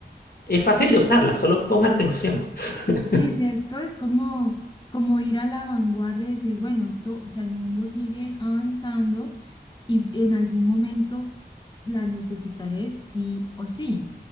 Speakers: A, on the left (about 60°); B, on the left (about 25°).
A: es fácil de usarla, solo pon atención. <laughs>
B: Sí, cierto, es como, como ir a la vanguardia y decir, bueno, esto, o sea, el mundo sigue avanzando y en algún momento la necesitaré sí o sí.